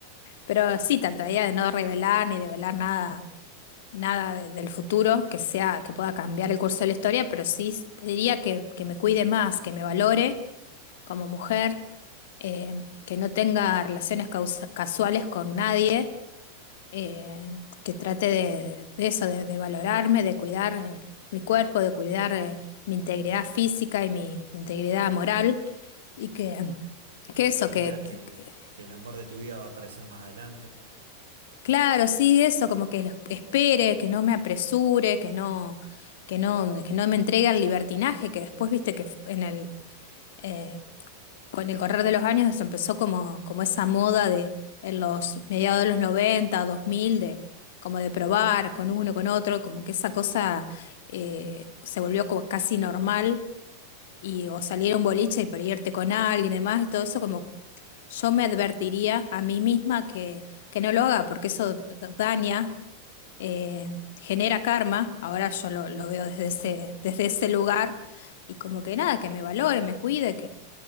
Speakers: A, on the left; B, on the right.
A: Pero sí, trataría de no revelar ni develar nada, nada de- del futuro que sea, que pueda cambiar el curso de la historia, pero sí diría que, que me cuide más, que me valore como mujer, eh, que no tenga relaciones causa- casuales con nadie, eh, que trate de, de eso, de, de valorarme, de cuidar eh, mi cuerpo, de cuidar eh, mi integridad física y mi, mi integridad moral, y que,
B: Que
A: que
B: tranquila,
A: eso, que,
B: que,
A: que-
B: que el amor de tu vida va a aparecer más adelante.
A: claro, sí, eso, como que lo espere, que no me apresure, que no, que no, que no me entregue al libertinaje, que después viste que en el... eh, con el correr de los años se empezó como, como esa moda de en los mediados de los noventa dos mil de como de probar con uno, con otro, como que esa cosa eh, se volvió como casi normal y o salir a un boliche y por ahí irte con alguien y demás y todo eso como yo me advertiría a mí misma que, que no lo haga porque eso daña, eh, genera karma, ahora yo lo, lo veo desde ese, desde ese lugar y como que nada, que me valore, me cuide,